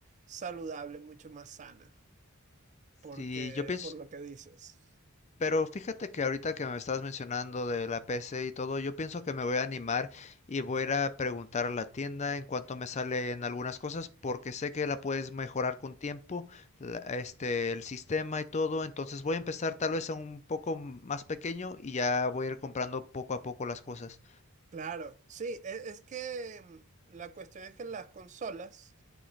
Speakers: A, on the right; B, on the left.
A: saludable, mucho más sana, porque
B: Sí, yo pienso
A: por lo que dices.
B: Pero fíjate que ahorita que me estás mencionando de la PC y todo, yo pienso que me voy a animar y voy a ir a preguntar a la tienda en cuanto me salen algunas cosas, porque sé que la puedes mejorar con tiempo, la- este, el sistema y todo. Entonces voy a empezar tal vez a un poco más pequeño y ya voy a ir comprando poco a poco las cosas.
A: Claro, sí, e- es, que mm, la cuestión es que las consolas